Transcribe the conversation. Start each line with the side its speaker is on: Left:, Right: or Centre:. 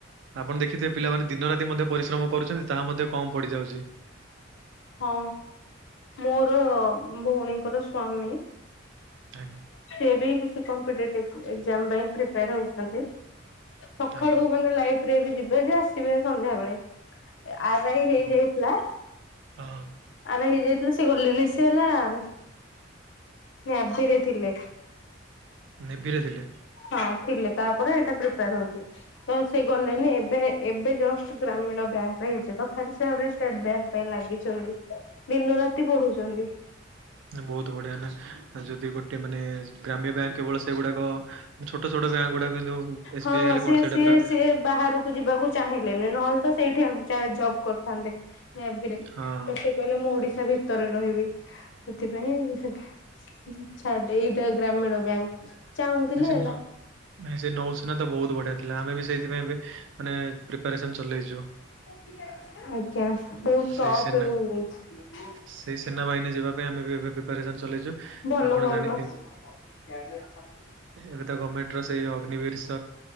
Right: ଆପଣ ଦେଖିଥିବେ ପିଲାମାନେ ଦିନ ରାତି ମଧ୍ୟ ପରିଶ୍ରମ କରୁଛନ୍ତି ତାହା ମଧ୍ୟ କମ ପଡିଯାଉଛି।
Left: ହଁ ମୋର ଭଉଣୀଙ୍କର ସ୍ଵାମୀ।
Right: ଆଜ୍ଞା।
Left: ସିଏ ବି ସେ କମ୍ପିଟେଟିଭ୍ <unintelligible> କାମପାଇଁ ହେଉଛନ୍ତି। ସକାଳୁ
Right: ଆଜ୍ଞା
Left: ମାନେ ଲାଇଫରେ ଯିବେ ଯେ ଆସିବେ ସନ୍ଧ୍ୟାବେେଳେ। ଆ ରା ଇ
Right: ହଁ
Left: ହେଇଯାଇଥିଲା।
Right: ହଁ।
Left: ଆ ରା ଇ ହେଇଯାଇଥିଲା ସେ <unintelligible> ନ୍ୟାଭିିରେ ଥିଲେ।
Right: ନେଭିିରେ ଥିଲେ।
Left: ହଁ ଥିଲେ ତାପରେ ଏଇଟା ପ୍ରିପେୟାର ହଉଥିଲେ। ହଁ ସେ ଗଲେଣିି ଏବେ ଏବେ ଜଷ୍ଟ ଗ୍ରାମୀଣ ବ୍ୟାଙ୍କ ରେ ହେଇଛି। ତଥାପି ସେ ଆହୁରି ଷ୍ଟେଟ ବ୍ୟାଙ୍କ ପାଇଁ ଲାଗିଛି। ଦିନ ରାତି ପଢୁଛନ୍ତି।
Right: ବହୁତ ବଢିଆ ନା ଯଦି ଗୋଟେ ମାନେ ଗ୍ରାମ୍ୟ ବ୍ୟାଙ୍କ କେବଳ ସେଗୁଡାକ ଛୋଟ ଛୋଟ ବ୍ୟାଙ୍କ ଗୁଡାକ କିନ୍ତୁ ଏସ୍
Left: ହଁ
Right: ବି ଆଇ ହେଲେ କଣ
Left: ସି
Right: ସେଇଟା
Left: ସିଏ
Right: ପୁରା
Left: ସିଏ ବାହାରକୁ ଯିବାକୁ ଚାହିଁଲେନି ନହେଲେ ତ ସେଇଠି ଆ ଜବ୍ କରିଥାନ୍ତେ। <unintelligible>
Right: ହଁ
Left: ସେ କହିଲେ ମୁଁ ଓଡିଶା ଭିତରେ ରହିବି। ସେଥିପାଇଁ ସେ <unintelligible> ଏଇଟା ଗ୍ରାମୀଣ ବ୍ୟାଙ୍କ। ଚାହୁଁଥିଲେ
Right: <unintelligible>
Left: ହେଲା
Right: ନା ସେ ନୌସେନା ତ ବହୁତ ବଢିଆ ଥିଲା। ଆମେ ବି ସେଇଥିପାଇଁ ଏବେ ମାନେ ପ୍ରି ପ୍ରିପ୍ୟାରସନ୍ ଚଲେଇଚୁ।
Left: <unintelligible>
Right: ସେଇ ସେନା ସେଇ ସେନା ବାହିନୀ ଯିବା ପାଇଁ ଆମେ ବି ଏ ପ୍ରିପାରେସନ ଚଲେଇଛୁ,
Left: ଭଲ
Right: ଆପଣ
Left: ଭଲ।
Right: ଜାଣିଥିବେ।
Left: <inaudible>
Right: ଏବେ ତ ଗଭର୍ଣ୍ଣମେଣ୍ଟ ର ସେଇ ଅଗ୍ନିବିର